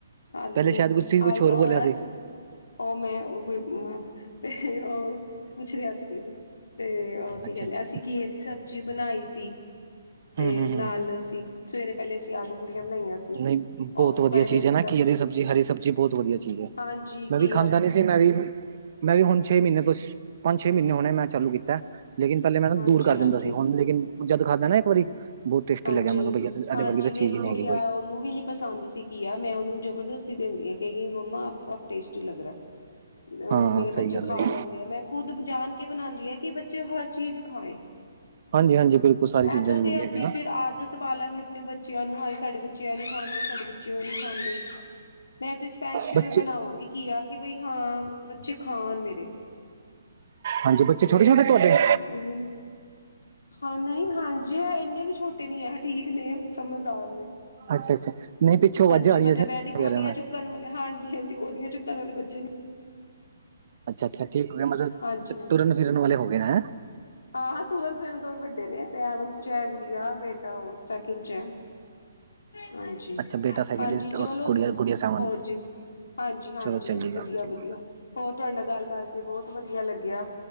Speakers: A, on the left; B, on the right.
A: ਆਲੂ
B: ਪਹਿਲੇ ਸ਼ਾਇਦ ਕੁਛ ਤੁਸੀਂ
A: ਆਲ
B: ਕੁਛ ਹੋਰ
A: ਅ
B: ਬੋਲਿਆ ਸੀ
A: ਅਸ ਓਹ ਮੈਂ ਓਹ ਹੀ ਉੰ ਤੇ ਓਹ ਪੁੱਛ ਰਿਹਾ ਸੀ ਕੋਈ। ਤੇ ਔ ਕੀ
B: ਅੱਛਾ
A: ਕੈੰਦੇ
B: ਅੱਛਾ
A: ਅਸੀਂ ਕੀ ਘੀਏ ਦੀ ਸਬਜ਼ੀ ਬਣਾਈ ਸੀ, ਤੇ
B: ਹਮ ਹਮ
A: ਨਾਲ
B: ਹਮ
A: ਅਸੀਂ ਸਵੇਰੇ ਪੈਲੇ ਅਸੀਂ ਆਲੂ-ਪੂੜੀਆਂ ਬਣਾਈਆਂ ਸੀ
B: ਨਹੀਂ ਬਹੁਤ
A: ਓਹ ਵੀ
B: ਵਧੀਆ
A: ਪਏ
B: ਚੀਜ਼
A: ਦੇ ਸੀ
B: ਹੈ ਨਾ
A: ਸਬਜ਼ੀ।
B: ਘੀਏ ਦੀ ਹਰੀ ਸਬਜ਼ੀ ਬਹੁਤ ਵਧੀਆ ਚੀਜ਼ ਹੈ
A: ਹਾਂਜੀ ਕੀ
B: ਮੈਂ ਵੀ ਖਾਂਦਾ ਨੀ ਸੀ ਮੈਂ ਵੀ। ਮੈਂ ਵੀ ਹੁਣ ਛੇ ਮਹੀਨੇ ਤੋਂ ਪੰਜ-ਛੇ ਮਹੀਨੇ ਹੁਣੇ ਮੈਂ ਚਾਲੂ ਕੀਤੈ, ਲੇਕਿਨ ਪਹਿਲੇ ਮੈਂ ਨਾ
A: ਹਾਂਜੀ
B: ਦੂਰ ਕਰ
A: ਹਾਂਜੀ
B: ਦਿੰਦਾ ਸੀ, ਹੁਣ ਲੇਕਿਨ ਜਦ ਖਾਧਾ ਨਾ ਇੱਕ ਵਾਰੀ ਬਹੁਤ ਟੇਸਟੀ
A: ਹਾਂਜੀ
B: ਲੱਗਿਆ ਮੈਂ ਕਿਹਾ ਬਈ ਇਹਦੇ
A: ਹਾਂਜੀ,
B: ਵਰਗੀ ਤਾਂ ਚੀਜ਼
A: ਮੇਰੀ
B: ਹੀ ਨਹੀਂ
A: ਗੂੜੀਆ
B: ਹੈਗੀ ਕੋਈ
A: ਓਹਨੂੰ ਵੀ ਨੀ ਪਸੰਦ ਸੀ ਘੀਆ ਮੈਂ ਔਨੂੰ ਜਬਰਦਸਤੀ ਦੇੰਦੀ ਆ। ਕਹਿੰਦੀ ਮੰਮਾ ਅਬ ਟੇਸਟੀ ਲੱਗ ਰੇ। ਹੁਣ
B: ਹਾਂ
A: ਮੇਰੇ ਬੱਚੇ
B: ਸਹੀ ਗੱਲ
A: ਖਾ
B: ਹੈ
A: ਲੈਂਦੇ ਆ ਮੈਂ ਖੁਦ ਜਾਣ ਕੇ ਬਨਾਂਦੀ ਆਂ ਕਿ ਬੱਚੇ ਹਰ ਚੀਜ਼ ਖਾਏ।
B: ਹਾਂਜੀ ਹਾਂਜੀ, ਬਿਲਕੁਲ ਸਾਰੀ ਚੀਜ਼ਾਂ
A: ਏਦਾਂ
B: ਜ਼ਰੂਰੀ
A: ਤੇ ਅਸੀਂ
B: ਹੈਗੀ ਨਾ।
A: ਫਿਰ ਆਦਤ ਪਾਾਲਾਂਗੇ ਆਪਣੇ ਬੱਚਿਆਂ ਨੂੰ ਹਾਏ ਸਾਡੇ ਬੱਚੇ ਇਹ ਨੀ ਖਾਂਦੇ ਸਾਡੇ ਬੱਚੇ ਉਹ ਨੀ ਖਾਂਦੇ ਮੈਂ ਤੇ ਸਪੈਸ਼ਲ
B: ਬੱਚੇ
A: ਬਣਾਵਾਂਗੀ ਘੀਆ ਕਿ ਬਈ ਹਾਂ ਬੱਚੇ ਖਾਣ ਮੇਰੇ
B: ਹਾਂਜੀ ਬੱਚੇ ਛੋਟੇ -ਛੋਟੇ ਤੁਹਾਡੇ?
A: ਉਹੀ ਹਾਂ ਨਹੀਂ ਹਾਂਜੀ ਇੰਨੇ ਵੀ ਛੋਟੇ ਨੀ ਏ ਠੀਕ ਨੇ ਸਮਝਦਾਰ ਨੇ
B: ਅੱਛਾ -ਅੱਛਾ ਨਹੀਂ ਪਿੱਛੋਂ
A: ਹਾਂਜੀ
B: ਵੱਜ ਆ ਰਹੀਆਂ
A: ਮਤਲਬ
B: ਸੀ
A: ਇਹ ਨੀ ਗੋਦੀਆਂ
B: ਮੈਂ
A: ਚੁੱਕਣ ਵਾਲੇ ਹਾਂਜੀ- ਹਾਂਜੀ ਗੋਦੀਆਂ ਚੁੱਕਣ ਵਾਲੇ ਬੱਚੇ ਨੇ
B: ਅੱਛਾ ਅੱਛਾ ਹੋ ਗਿਆ ਮਤਲਬ
A: ਹਾਂਜੀ ਹਾਂ
B: ਤੁਰਨ ਫਿਰਨ ਵਾਲੇ ਹੋ ਗਏ ਨਾ
A: ਹਾਂ, ਤੁਰਨ ਫਿਰਨ ਤੋਂ ਵੀ ਵੱਡੇ ਨੇ ਸੇਵੇਣ ਚ ਹੈ ਗੁੜੀਆ ਬੇਟਾ ਚੈਕਿੰਗ ਚ ਹੈ। ਹਾਂਜੀ-
B: ਅੱਛਾ ਬੇਟਾ ਸੈਕਿੰਡ
A: ਹਾਂਜੀ
B: ਇਜ਼
A: ਚਲੋ
B: ਉਸ ਗੁੜੀਆ ਗੁੜੀਆ ਸੈਵਨ
A: ਹੋਰ ਜੀ ਹਾਂਜੀ- ਹਾਂਜੀ
B: ਚਲੋ ਚੰਗੀ
A: ਵਧੀਆ-
B: ਗੱਲ ਚੰਗੀ
A: ਵਧੀਆ
B: ਗੱਲ
A: ਹੋਰ ਤੁਹਾਡੇ ਨਾਲ ਗੱਲ ਕਰਕੇ, ਬਹੁਤ ਵਧੀਆ ਲੱਗਿਆ